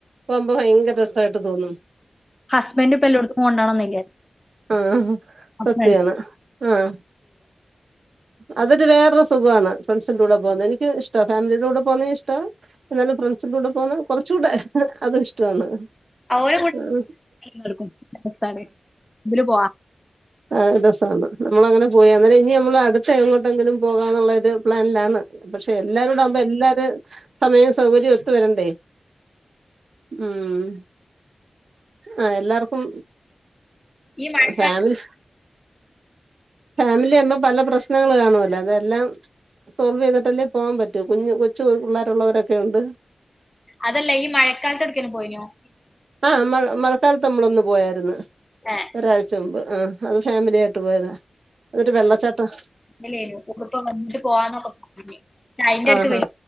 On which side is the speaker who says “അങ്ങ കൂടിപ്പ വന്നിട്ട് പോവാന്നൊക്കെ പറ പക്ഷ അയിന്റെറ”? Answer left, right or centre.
Left